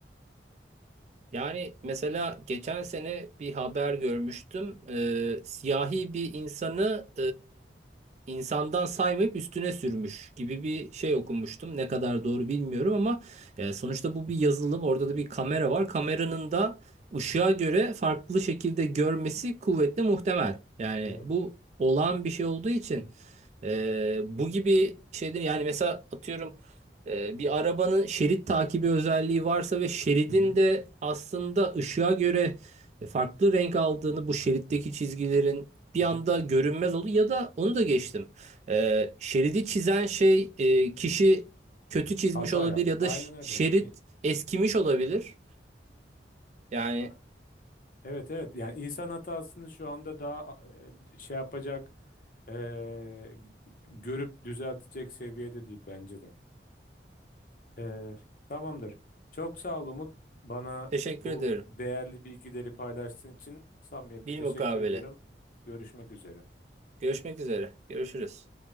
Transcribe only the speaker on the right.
Yani mesela geçen sene bir haber görmüştüm. Ee, siyahi bir insanı e, insandan saymayıp üstüne sürmüş gibi bir şey okumuştum. Ne kadar doğru bilmiyorum ama e, sonuçta bu bir yazılım. Orada da bir kamera var. Kameranın da ışığa göre farklı şekilde görmesi kuvvetle muhtemel. Yani
bu olağan bir şey olduğu için e, bu gibi şeyler yani mesela atıyorum Ee, bir arabanın şerit takibi özelliği varsa ve şeridin
de aslında ışığa göre farklı renk aldığını bu şeritteki çizgilerin bir
anda
görünmez oldu ya da onu da geçtim. Ee, şeridi çizen şey e, kişi kötü çizmiş
olabilir
ya
da ş-
şerit
eskimiş olabilir. Yani
teşekkür
ederim.
Bilmukabele.
Görüşmek üzere. Görüşürüz.